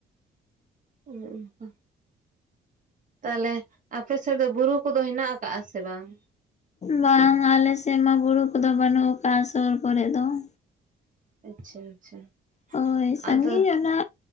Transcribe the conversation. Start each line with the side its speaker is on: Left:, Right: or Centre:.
Right: ᱚᱱᱮ ᱚᱱᱠᱟ ᱾ ᱛᱟᱞᱦᱮ ᱟᱯᱮ ᱥᱮᱫ ᱫᱚ ᱵᱩᱨᱩ ᱠᱚ ᱫᱚ ᱦᱮᱱᱟᱜ ᱠᱟᱜᱼᱟ ᱥᱮ ᱵᱟᱝ?
Left: ᱵᱟᱝ ᱟᱞᱮ ᱥᱮᱫ ᱢᱟ ᱵᱩᱨᱩ ᱠᱚ ᱫᱚ ᱵᱟᱹᱱᱩᱜ ᱠᱟᱜᱼᱟ, ᱥᱳᱨ ᱠᱚᱨᱮ ᱫᱚ ᱾
Right: ᱟᱪᱪᱷᱟ ᱟᱪᱪᱷᱟ
Left: ᱦᱳᱭ ᱥᱟᱺᱜᱤᱧ
Right: ᱟᱫᱚ
Left: ᱚᱱᱟᱼᱼ